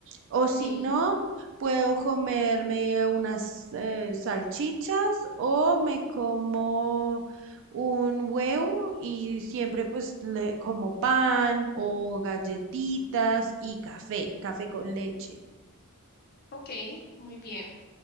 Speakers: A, on the right (about 60°); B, on the left (about 45°).
A: O
B: Sí.
A: si no, puedo comerme unas eh, salchichas o me como un huevo y siempre pues le como pan o galletitas y café, café con leche.
B: Ok, muy bien.